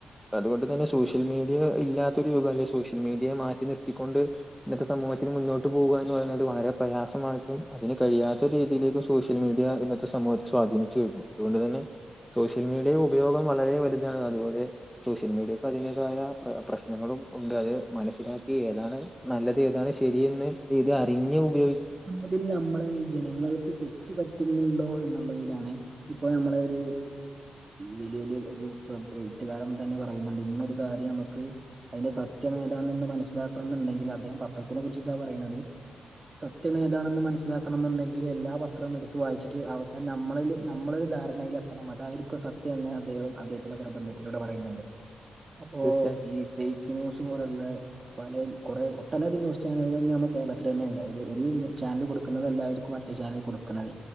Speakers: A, in the centre; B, on the right.
A: അതുകൊണ്ട് തന്നെ സോഷ്യൽ മീഡിയ ഇല്ലാത്തരു യുഗം അല്ലെ സോഷ്യൽ മീഡിയയെ മാറ്റി നിർത്തിക്കൊണ്ട് ഇന്നത്തെ സമൂഹത്തിന് മുന്നോട്ട് പോകുക എന്ന് പറയുന്നത് വളരെ പ്രയാസമായിട്ടും അതിന് കഴിയാത് മറ്റൊരു രീതിയിലേക്കും സോഷ്യൽ മീഡിയാ ഇന്നത്തെ സമൂഹത്തെ സ്വാധീനിച്ചു കഴിഞ്ഞു അതുകൊണ്ടു തന്നെ സോഷ്യൽ മീഡിയേടെ ഉപയോഗം വളരെ വലുതാണ് അതുപോലെ സോഷ്യൽ മീഡിയക്ക് അതിൻ്റെതായ പ്ര പ്രശ്നങ്ങളും ഉണ്ട് അത് മനസ്സിലാക്കി ഏതാണ് നല്ലത് ഏതാണ് ശരിയെന്ന് ഇത് അറിഞ്ഞ് ഉപയോഗ്
B: എന്നതിൽ നമ്മളെ ഈ ജനങ്ങൾക്ക് തെറ്റ് പറ്റുന്നുണ്ടോ എന്നുള്ളതിലാണ് ഇപ്പൊ നമ്മള ഒരു വലിയ, വലിയ ഒരു എഏട്ടുകാലം തന്നെ പറയുന്നുണ്ട്, ഇന്നൊരു- കാര്യം നമുക്ക് അതിന്റെ സത്യം- ഏതാണന്ന് മനസ്സിലാക്കണം- എന്നുണ്ടെങ്കിൽ അദ്ദേഹം, പത്രത്തിനെ കുറിച്ചിട്ടാ- പറയണുന്നത്. സത്യം ഏതാണെന്ന് മനസ്സിലാക്കണ എന്നുണ്ടെങ്കിൽ, എല്ലാ പത്രവും എടുത്തു വായിച്ചിട്ട് അവസാനം- നമ്മളില് നമ്മള ഒരു ധാരണയിൽ- കത്തണം അതായിരിക്കും സത്യം, എന്ന് അദ്ദേഹം അദ്ദേഹത്തിന്റെ- പ്രബന്ധത്തിലൂടെ പറയുന്നുണ്ട്. അപ്പോ
A: തീർച്ചയായും
B: ഈ ഫേക്ക് ന്യൂസ്- പോലെയുള്ള പല കുറെ ഒട്ടനവധി ന്യൂസ് ചാനലുക നമ്മക്ക്, കേരളത്തിൽ തന്നെ ഉം അത് ഒരു ചാനല് കൊടുക്കുന്നതല്ലായിരിക്കും, മറ്റേ ചാനൽ കൊടുക്കുന്നത്.